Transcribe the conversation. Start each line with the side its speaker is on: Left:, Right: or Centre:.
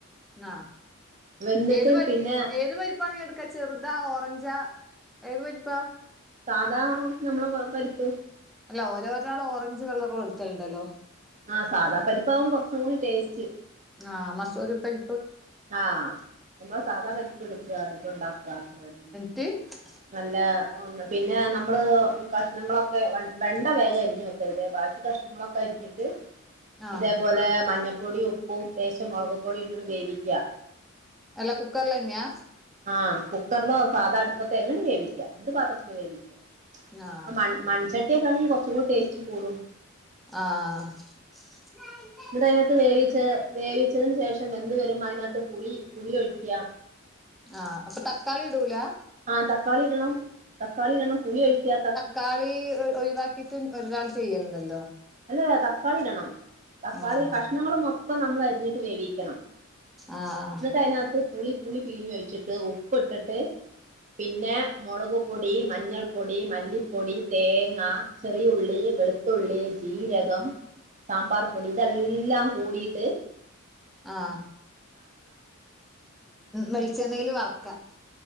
Centre: ആഹ്
Right: വെന്തിട്ട്
Centre: ഏത്പ
Right: പിന്നെ
Centre: ഏത് പരിപ്പ നി എട് ക്കെ ചെറുതാ ഓറഞ്ചാ ഏത് പരിപ്പ
Right: സാധാ നമ്മളെ പ പരിപ്പ്
Centre: അല്ല ഓരോ ഒരാള് ഓറഞ്ച് കളറ് വെളുത്തയിണ്ടല്ലോ
Right: ആഹ് സാദാ പരിപ്പാവും കൊറചൂടി ടേസ്റ്റ്
Centre: ആഹ് മസൂരിപരി
Right: ആഹ് അപ്പോ സാധാ പരിപ്പ്‌ എടുക്കുക എന്നിട്ട് ഉണ്ടാക്കുക അത്ര തന്നെ
Centre: ട്ട് <unintelligible>
Right: നല്ല പിന്നെ നമ്മള് കഷ്ണങ്ങളൊക്കെ വെ വെണ്ട വേഗംഅരിഞ്ഞ് വെക്കരുത് ബാക്കി കഷ് മ്മക്ക് അരിഞ്ഞിട്ട്
Centre: ആ
Right: ഇതേപോലെ മഞ്ഞപ്പൊടിയും ഉപ്പും ലേശം മുളക് പൊടിഇട്ട് ഒന്ന് വേവിക്ക
Centre: എല്ല കുക്കറില് തന്നെയാ
Right: ആഹ കുക്കറിലോ സാധാ അടുപ്പത്തെ എങ്ങനെ വേവിക്ക എന്ത് പാത്രത്തില് വേവിക്ക
Centre: ആ
Right: മൺ മൺചട്ടിയൊക്കെ ആണെങ്കി കൊർച്ചും കൂടി ടേസ്റ്റ് കൂടും
Centre: ആഹ്
Right: എന്നിട്ട് അതിനാത്ത് വേവിച്ച് വേവിച്ചതിനന് ശേഷം വെന്ത് വരുമ്പോ അതിനകത്ത് പുളി പുളിഒഴിക്കാ
Centre: ആഹ് അപ്പൊ തക്കാളി ഇടൂലാ
Right: ആ തക്കാളി ഇടണം തക്കാളി ഇടണം പുളി ഒഴിക്കാ
Centre: ക്കാളി ഒഴിവാക്കിട്ട് ഒരുനാൾ ചെയ്യണ്ടല്ലോ
Right: അല്ലെ തക്കാളി ഇടണം തക്കാളി
Centre: ആഹ്
Right: കഷ്ണങ്ങള് മൊത്തം നമ്മളരിഞ്ഞിട്ട് വേവിക്കണം
Centre: ആഹ് ആഹ്
Right: എന്നിട്ട് അതിനകത്ത് പുളി പുളി പീഞ്ഞൊഴിച്ചിട്ട് ഉപ്പ് ഇട്ടിട്ട് പിന്നെ മുളക് പൊടി മഞ്ഞൾപ്പൊടി മല്ലിപ്പൊടി തേങ്ങ ചെറിയഉള്ളി വെളുത്തുള്ളി ജീരകം സാമ്പാർ പൊടി ഇതെല്ലാം കൂടിട്ട്
Centre: ആഹ് വെളിച്ചെണ്ണെയില് വറക്കാ